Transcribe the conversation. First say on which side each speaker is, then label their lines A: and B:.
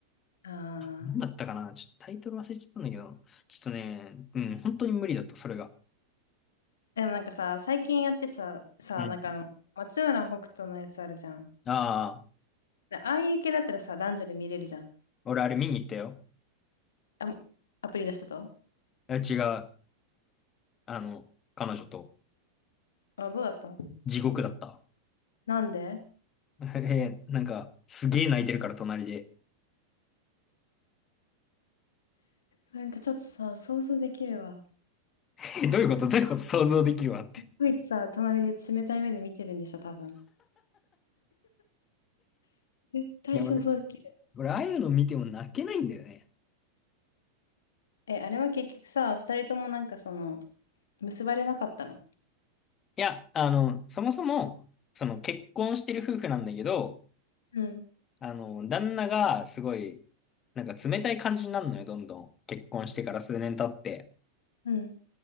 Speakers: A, on the left; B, on the left.
A: あ
B: う。なんだったかなちょっとタイトル忘れちゃったんだけど、ちょっとね、うん、本当に無理だった、それが。
A: でもなんかさ、最近やってさ、さ、
B: うん。
A: なんかあの、松村北斗のやつあるじゃん。
B: ああ、
A: でああいう系だったらさ、男女で見れるじゃん。
B: 俺あれ見に行ったよ。
A: あ、アプリの人と
B: え違う。あの、彼女と
A: あ、どうだった
B: 地獄だった。
A: なんで
B: <laughs> えなんか、すげえ泣いてるから隣で。
A: なんかちょっとさ、想像できるわ。
B: <laughs> えどういうことどういうこと想像できるわって。
A: ついさ、隣で冷たい目で見てるんでしょ、多分。絶対想像できる。
B: いや、俺、俺、ああいうの見ても泣けないんだよね。
A: え、あれは結局さ、二人ともなんかその、結ばれなかったの
B: いや、あの、そもそも、その結婚してる夫婦なんだけど、
A: うん、
B: あの、旦那がすごい、なんか冷たい感じになるのよ、どんどん。結婚してから数年経って。
A: うん、